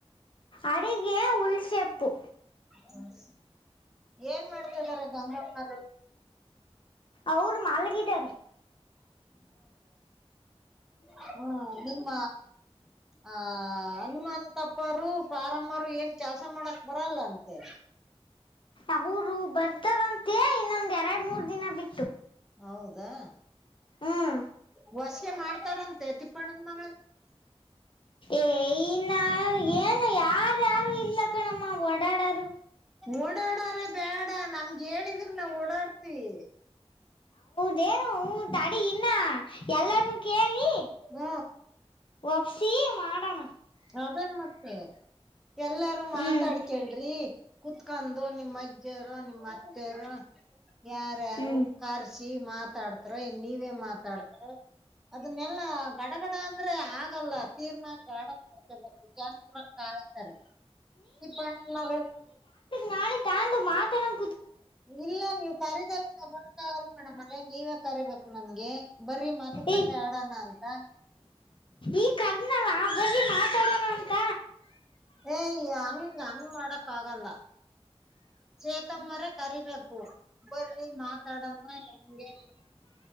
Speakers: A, on the left (about 55°); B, in the centre.
A: ಅಡಿಗೆ ಉಲ್ಸೆಪ್ಪು.
B: ಹ ಏನ್ ಮಾಡ್ತಿದಾರ ಗಂಗಮ್ಮಾರು.
A: ಅವರು ಮಾಲ್ಗಿಡಾರೆ.
B: ಹ್ಮ ನಿಮ್ಮ ಆ ಹನುಮಂತಪ್ಪರು ಪಾರಮ್ಮರು ಏನ್ ಕೆಲ್ಸ ಮಾಡಕ್ ಬರಲ್ಲಂತ ತ್ತೆ.
A: ಅವ್ರು ಬರ್ತಾರಂತೆ ಇನ್ನೊಂದ್ ಎರಡು ಮೂರ್ ದಿನ ಬಿ
B: ಹೌದಾ
A: ಹ್ಮ್
B: ಹೊಸಿಗೆ ಮಾಡ್ತಾರಂತೆ ತಿಪ್ಪ <unintelligible>
A: ಏ ಇನ್ನ ಏನು ಯಾರು ಯಾರು ಇಲ್ಲ ಕಣಮ್ಮ ಓಡಾಡೋರು
B: ಓಡಾಡಾರೆ ಬ್ಯಾಡ ನಮಗೆ ಹೇಳಿದ್ರಿ ನಾವವು ಓಡಾಡ್ತಿವಿ
A: ದೇನು ಹ ತಡಿ ಇನ್ನ ಎಲ್ಲನ್ನುೂ ಕೇಳಿ
B: ಹ್ಮ
A: ಒಪ್ಸಿ ಮಾಡೋಣ
B: ಅದೇ ಮತ್ತೆ ಎಲ್ಲಾರೂ
A: ಹ್ಮ್
B: ಮಾತಾಡ್ಕೇಳ್ರಿ ಕುೂತ್ಕೊಂಡು ನಿಮ್ಮ ಅಜ್ಜಿ ಯಾರು ನಿಮ್ ಅತ್ತೆ ಯಾರು ಯಾರ್ಯಾರು
A: ಹ್ಮ್
B: ಕರ್ಸಿ ಮಾತಾಡ್ತಾರೋ ನೀವೇ ಮಾತಾಡ್ತಾರ ಅದನ್ನೆಲ್ಲ ಗಡ ಡ ಅಂದ್ರೆ ಆಗಲ್ಲ ತೀರ್ಮಾನ ಗಾಡ ಮಾಡ್ತ ಜರ ಕಾಯ್ತಾರೆ ಇಪ್ಪಣ ಮಳ
A: ನಳೆ ತಾಂದು ಮಾತ್ರರಂ
B: ಇಲ್ಲ ನೀವ್ ಕರೀದಲ್ಲ ನಾ ಬರಕ್ ಆಗಲ್ಲ ಮೇಡಮ್ ಅರೇ ನೀವೇ ಕರಿಬೇಕು ನಮ್ಗೆ ಬರಿ ಮಾತು ಕತೆ
A: ಏ
B: ಆಡೋಣ ಅಂತ
A: ಈ ಕಾರ್ಧ್ನಲ್ಲ ಬನ್ನಿ ಮಾತಾಡೋಣ ಅಂತ
B: ಏ ಹಂಗ ಹಂಗ ಮಾಡಕ್ ಆಗಲ್ಲ ಚೇತಮ್ಮರ ಕರಿಬೇಕು ಬರಿ ಮಾತಾಡೋಣ ಹೆಂಗೆ